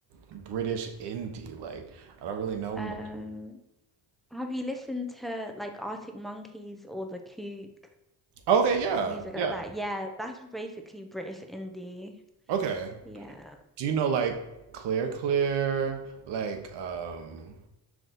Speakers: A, on the right; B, in the centre.
A: British indie? Like, I don't really know
B: Um,
A: much.
B: have you listened to like Arctic Monkeys or The Kook?
A: Okay, yeah,
B: music
A: yeah.
B: like that. Yeah, that's basically British indie.
A: Okay.
B: Yeah.
A: Do you know like Clear Clear? Like, um,